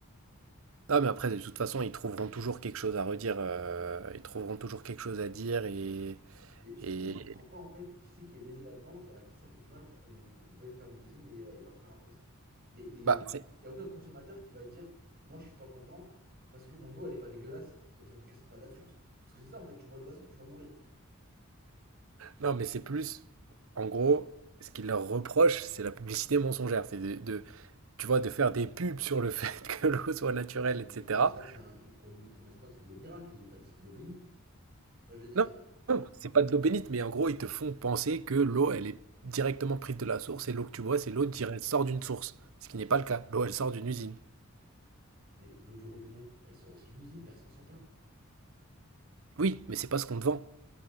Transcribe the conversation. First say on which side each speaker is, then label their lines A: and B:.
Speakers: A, on the right; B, on the right.
A: ah mais après, de toute façon, ils trouveront toujours quelque chose à redire. euh, ils trouveront toujours quelque chose à dire et
B: Mais surtout,
A: et
B: moi, je comprends pas, en fait, qui c'est qui est lésé là-dedans et à qui ça fait du mal pour qu'on veuille fermer l'usine et, euh, et leur faire un procès. Il les, les-
A: bah, c'est-
B: y a aucun consommateur qui va dire, moi, je suis pas content parce que mon eau, elle est pas dégueulasse, parce qu'elle sort pas de la source. Parce que c'est ça, en fait, tu bois de l'eau de la source, tu vas mourir.
A: non, mais c'est plus, en gros, ce qu'ils leur reprochent, c'est la publicité mensongère, c'est de, de- tu vois, de faire des pubs sur le fait <laughs> que l'eau soit naturelle,
B: Non,
A: etc.
B: mais ils promettent pas que c'est un... ils, prom- ils promettent pas que c'est de l'eau miracle, ils ont pas dit c'est de l'eau bénite. Moi, je veux
A: Non,
B: dire,
A: non, c'est pas de l'eau bénite, mais en gros, ils te font penser que l'eau, elle est directement prise de la source et l'eau que tu bois, c'est l'eau qui sort d'une source. Ce qui n'est pas le cas. L'eau, elle sort d'une usine.
B: mais l'eau du robinet, elle sort aussi d'une usine, personne s'en plaint.
A: Oui, mais c'est pas ce qu'on te vend.